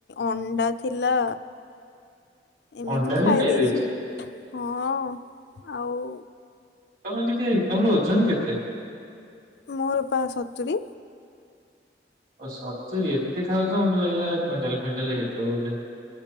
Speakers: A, on the left; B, on the right.
A: ଅଣ୍ଡା ଥିଲା। ଏମିତି
B: ଅଣ୍ଡା
A: ଖାଇ
B: ବି
A: ଦେଇେଚି
B: ଦେଇଛି।
A: ହଁ ଆଉ।
B: ତମେ ଟିକେ ତମର ଓଜନ କେତେ?
A: ମୋର ପା ସତୁରି
B: ଓ ସତୁରି ଏତେ ଖାଉଛ ମତେ ଲାଗିଲା କୁଇଣ୍ଟାଲ ଫୁଇଣ୍ଟାଲ ହେଇଥିବ ବୋଧେ